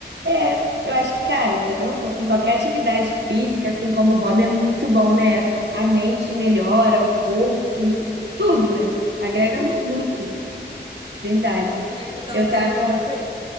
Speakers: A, on the right; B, on the right.
A: É, eu acho que, cara, dança, assim, qualquer atividade física, assim como o hobby, é muito bom, né? A mente melhora, o corpo, tudo, tudo, né? Agrega
B: tudo,
A: muito, verdade.
B: por isso que eu tava
A: Eu
B: querendo
A: tava,
B: fazer.